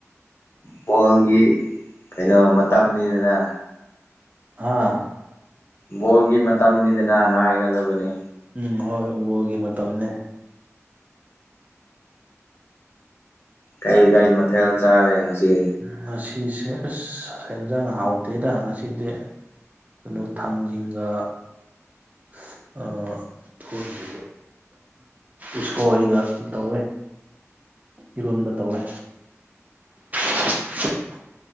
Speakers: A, on the left (about 50°); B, on the right (about 30°).
A: ꯕꯣꯜꯒꯤ ꯀꯩꯅꯣ ꯃꯇꯝꯅꯤꯗꯅ
B: ꯍꯥꯥ
A: ꯕꯣꯜꯒꯤ ꯃꯇꯝꯅꯤꯗꯅ ꯉꯥꯏꯒꯗꯕꯅꯤ
B: ꯎꯝ ꯍꯣꯏ ꯕꯣꯜꯒꯤ ꯃꯇꯝꯅꯦ
A: ꯀꯩ ꯀꯩ ꯃꯊꯦꯜ ꯆꯥꯔꯦ ꯉꯁꯤ
B: ꯉꯁꯤꯁꯦ ꯑꯁ ꯍꯦꯟꯁꯥꯡ ꯍꯥꯎꯇꯦꯗ ꯉꯁꯤꯗꯤ ꯀꯩꯅꯣ ꯊꯥꯡꯖꯤꯡꯒ <unintelligible> ꯎꯁꯣ ꯑꯩꯒ ꯇꯧꯋꯦ ꯏꯔꯣꯟꯕ ꯇꯧꯋꯦ <unintelligible> <inaudible>